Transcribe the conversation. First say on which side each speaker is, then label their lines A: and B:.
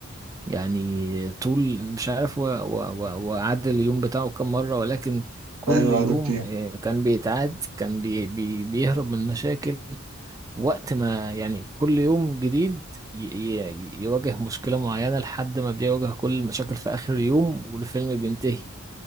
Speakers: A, on the right; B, on the right.
A: يعني طول مش عارف هو هو- هو- هو عاد اليوم بتاعه كم مرة ولكن كل
B: ايوه
A: يوم
B: ده كتير
A: آه، كان بيتعاد كان بي... بي... بيهرب من مشاكل وقت ما يعني كل يوم جديد ي- ي- يواجه مشكلة معينة لحد ما بيواجه كل المشاكل في آخر يوم والفيلم بينتهي